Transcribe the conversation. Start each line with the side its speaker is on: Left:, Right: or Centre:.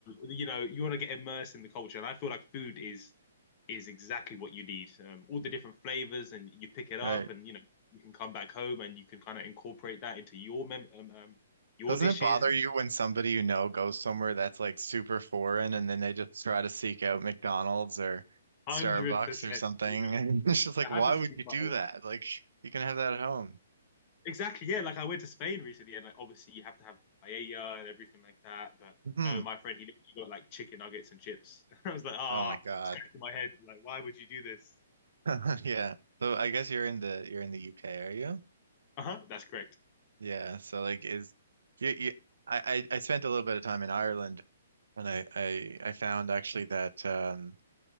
Left: you know, you want to get immersed in the culture, and I feel like food is is exactly what you need. Um, all the different flavors, and you pick it up,
Right: Right.
Left: and you know you can come back home and you can kind of incorporate that into your mem um, um your
Right: Doesn't
Left: dishes.
Right: it bother you when somebody you know goes somewhere that's like super foreign and then they just try to seek out McDonald's or
Left: Hundred
Right: Starbucks
Left: percent,
Right: or something?
Left: yeah.
Right: <laughs> And it's just like,
Left: That
Right: why
Left: happens
Right: would
Left: to me
Right: you
Left: quite
Right: do
Left: a lot.
Right: that? Like, you can have that at home.
Left: Exactly, yeah. Like I went to Spain recently, and like obviously you have to have paella and everything like that. But
Right: Hmm.
Left: no, my friend, he literally got like chicken nuggets and chips. <laughs> I was like, ah,
Right: Oh my God.
Left: it's scratching my head. Like, why would you do this?
Right: <laughs> Yeah. So I guess you're in the you're in the UK, are you?
Left: Uh-huh, that's correct.
Right: Yeah. So like, is you, you I I I spent a little bit of time in Ireland and I I I found actually that um